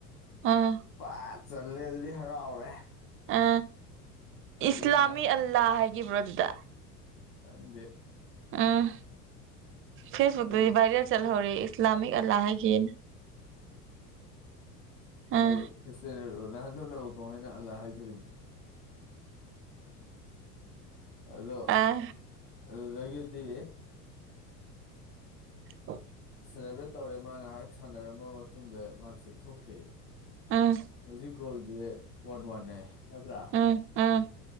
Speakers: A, on the right; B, on the left.
A: ꯑꯥ
B: ꯄꯠ ꯆꯜꯂꯦ ꯑꯗꯨꯗꯤ ꯍꯔꯥꯎꯔꯦ
A: ꯑ ꯏꯁꯂꯥꯃꯤ
B: ꯑꯗꯩ ꯉꯥꯏꯍꯥꯛ
A: ꯑꯜꯂꯥ ꯍꯥꯏꯈꯤꯕ꯭ꯔꯣ ꯑꯗꯨꯗ
B: ꯈꯪꯗꯦ
A: ꯎꯝ ꯐꯦꯁꯕꯨꯛꯇꯗꯤ
B: ꯑꯗꯨ
A: ꯚꯥꯏꯔꯦꯜ ꯆꯠꯍꯧꯔ ꯏꯁꯂꯥꯃꯤꯛ ꯑꯂꯥ ꯍꯥꯏꯒꯦꯅ ꯎꯝ
B: ꯎ ꯍꯣꯏ ꯔꯣ ꯅꯍꯥꯟꯗꯅ ꯀꯃꯍꯥꯏꯅ ꯑꯜꯂꯥ ꯍꯥꯏꯗꯣꯔꯤꯕꯅꯣ ꯑꯗꯣ
A: ꯑꯥ
B: ꯑꯗꯨꯒꯗꯗꯤ
A: ꯍ
B: ꯁꯦꯂꯦꯕ꯭ꯔꯦꯠ ꯇꯧꯔꯦ ꯃꯥ ꯉꯥꯏꯍꯥꯛ ꯁꯥꯟꯅꯔꯃ ꯃꯇꯨꯡꯗ ꯃꯥꯁꯦ ꯊꯣꯛꯈ꯭ꯔꯦ
A: ꯎꯝ
B: ꯍꯧꯖꯤꯛ ꯒꯣꯜꯖꯦ ꯋꯥꯟ ꯋꯥꯟꯅꯦ ꯅꯠꯇ꯭ꯔꯥ
A: ꯎꯝ ꯎꯝ